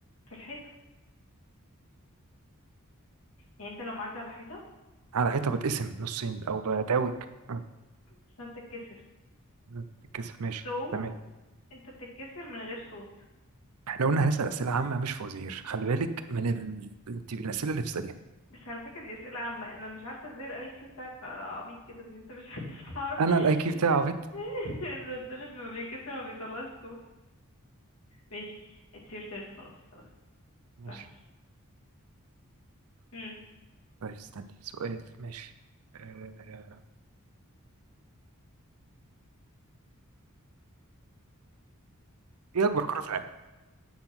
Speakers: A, on the left (about 70°); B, on the right (about 85°).
A: في الحيطة يعني انت لو معدي على حيطة
B: على حيطه بتقسم نصين او بتعوج آه،
A: اسمها بتتكسر
B: مم. بتتكسر ماشي
A: سو
B: تمام
A: انت بتتكسر من غير صوت
B: احنا قلنا هنسال اسئله عامه مش فوازير خلي بالك من ال... انت الاسئله اللي بتساليها
A: بس على فكرة دي أسئلة عامة أنا مش عارفة ازاي الأي كيو بتاعك عبيط كده إن أنت مش <laughs> عارف تعرف
B: انا الاي كيو
A: إن
B: بتاعي عبيط
A: <laughs> الردان اللي ما بيتكسر ما بيطلعش صوت ماشي it's your turn خلاص خلاص
B: ماشي
A: متزعلش مم.
B: طيب استني سؤال ماشي آه... ايه اكبر قاره في العالم